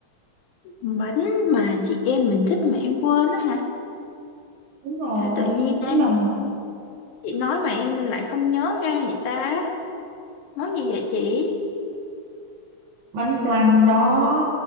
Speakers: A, on the left (about 85°); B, on the right (about 80°).
A: món bánh mà chị em mình thích mà em quên á hả
B: Đúng rồi,
A: sao tự nhiên
B: mấy
A: em
B: lần
A: chị nói mà em lại không nhớ ngay vậy ta món gì vậy chị
B: bánh flan đó